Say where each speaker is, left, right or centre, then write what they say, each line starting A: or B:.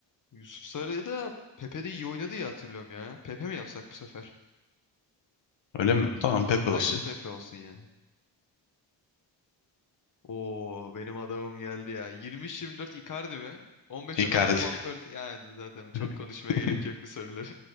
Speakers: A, on the left (about 45°); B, on the left (about 80°).
A: Yusuf Sarı da Pepe'de iyi oynadı ya hatırlıyorum ya. Pepe mi yapsak bu sefer?
B: Öyle mi? Tamam Pepe olsun.
A: Bence Pepe olsun ya. Oo benim adamım geldi ya. 23-24 Icardi mi? 15-16
B: Icardi.
A: Van Persie. Yani zaten çok
B: <laughs>
A: konuşmaya gerek yok bu soruları.